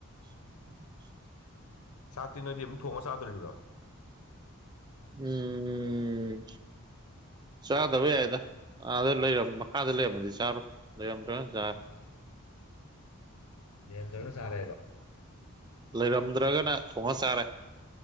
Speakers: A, on the right; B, on the left.
A: <unintelligible>
B: ꯆꯥꯛꯇꯤ ꯅꯣꯏꯗꯤ ꯑꯃꯨꯛ ꯊꯣꯡꯉ ꯆꯥꯗꯣꯔꯤꯕ꯭ꯔꯣ
A: ꯎꯝ ꯆꯥꯗꯕ ꯌꯥꯏꯗ ꯑꯥꯗ ꯂꯩꯔꯝꯃ ꯃꯈꯥꯗ ꯂꯩꯔꯝꯃꯗꯤ ꯆꯥꯔꯣ ꯂꯩꯔꯝꯗ꯭ꯔ ꯆꯥꯔ
B: ꯂꯩꯔꯝꯗꯔ ꯆꯥꯔꯦꯕ
A: ꯂꯩꯔꯝꯗ꯭ꯔꯒꯅ ꯊꯣꯡꯉ ꯆꯥꯔꯦ